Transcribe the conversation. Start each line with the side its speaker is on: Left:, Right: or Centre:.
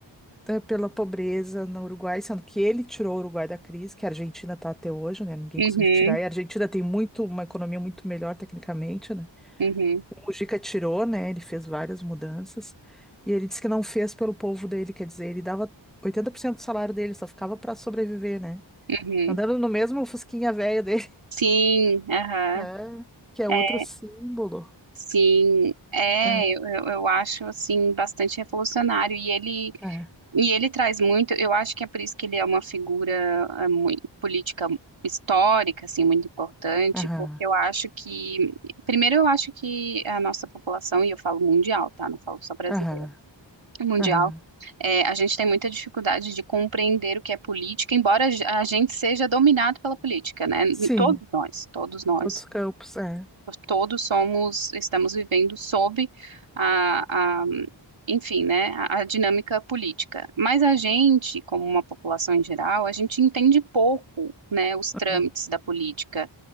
Centre: eh, pela pobreza no Uruguai, sendo que ele tirou o Uruguai da crise, que a Argentina está até hoje, né? Ninguém
Right: uhum,
Centre: conseguiu tirar. E a Argentina tem muito, uma economia muito melhor tecnicamente, né?
Right: uhum,
Centre: O Mujica tirou, né? Ele fez várias mudanças. E ele disse que não fez pelo povo dele, quer dizer, ele dava 80% do salário dele, só ficava para sobreviver, né?
Right: uhum.
Centre: Andando no mesmo fusquinha velho dele,
Right: Sim, aham.
Centre: <laughs> né? Que é
Right: É,
Centre: outro símbolo.
Right: sim, é,
Centre: É,
Right: eu, eu eu acho assim bastante revolucionário. E ele
Centre: é.
Right: E ele traz muito, eu acho que é por isso que ele é uma figura é, mui- política histórica, assim, muito importante,
Centre: Aham,
Right: porque eu acho que, primeiro eu acho que a nossa população, e eu falo mundial, tá? Não falo só brasileira,
Centre: aham,
Right: mundial,
Centre: aham.
Right: é, a gente tem muita dificuldade de compreender o que é política, embora a gente seja dominado pela política, né?
Centre: Sim,
Right: Todos nós, todos nós
Centre: outros campos, é.
Right: todos somos, estamos vivendo sob a, a, enfim, né, a, a dinâmica política. Mas a gente, como uma população em geral, a gente entende pouco, né, os trâmites
Centre: Aham,
Right: da política.